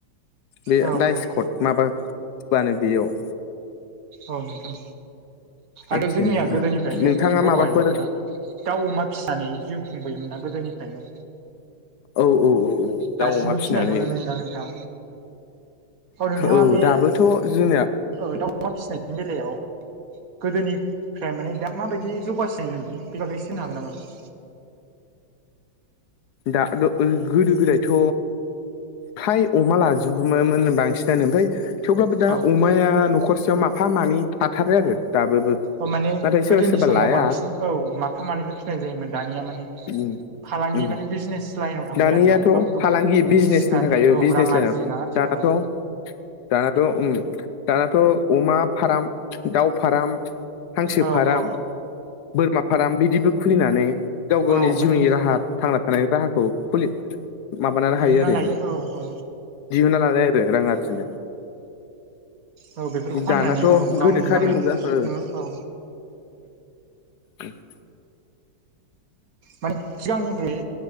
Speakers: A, on the left; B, on the right.
A: बे
B: औ
A: दाइसकड
B: औ
A: माबा होब्लानो बेयाव
B: औ नोंथां
A: आथिखालनि
B: आरो जोंनिया गोदोनिफ्रायनो
A: नोंथाङा
B: माने बर'
A: माबाफोर
B: आइजोफोरा दाउ अमा फिसिनानै जिउ खुंबोयोमोन ना गोदोनिफ्रायनो
A: औ औ औ औ दाउ
B: दासिमबो
A: अमा
B: फिसिनायखौनो
A: फिसिनानै
B: नुयोना नोंथां नोंथाङा
A: औ
B: बे
A: दाबोथ' जोंनिया
B: औ दाउ अमा फिसिनायनि बेलायाव गोदोनिफ्राय माने दा माबायदि जौगासिनाय नुदों बेनि बागै एसे बुंनो हागोन नामा दा?
A: दा गोदो गोदायथ' फ्राय अमा लाजोबोमोन बांसिनानो ओमफ्राय थेवब्लाबो दा
B: नामा औ
A: अमाया न'खरसेयाव माफा मानै थाथारो आरो। दाबोबो
B: औ माने
A: नाथाय सोरबा
B: गोदोनि
A: सोरबा
B: समाव
A: लाया
B: बांसिन औ माफा मानैल' फिसिनाय जायोमोन दानिया माने
A: उम
B: फालांगि
A: उम
B: माने बिजनेस लाइनाव थांबाय
A: दानियाथ'
B: आरोना गोबां गोबां
A: फालांगि बिजनेसनि
B: फिसिनानै
A: थाखाय
B: औ
A: बिजनेस
B: रां
A: लाइनाव
B: आरजियोना आथिखालाव
A: दानाथ' दानाथ' उम दानाथ' अमा फार्म दाउ फारम हांसो
B: औ
A: फार्म
B: औ
A: बोरमा फार्म बिदिबो खुलिनानै गाव गावनि
B: औ माने
A: जिउनि राहा थांना थानायनि राहाखौ खुलि माबानानै
B: दिहुनना
A: हायो आरो।
B: लायो औ औ
A: दिहुनना लाबाय आरो रां आरजिनो।
B: औ बेफोरखौ फाननानै
A: दानाथ'
B: औ गावनि
A: गोनोखोयारि
B: नांनायफोरखौ
A: मुगासो
B: सुफुङो औ
A: ए <inaudible>
B: माने सिगांनिख्रुय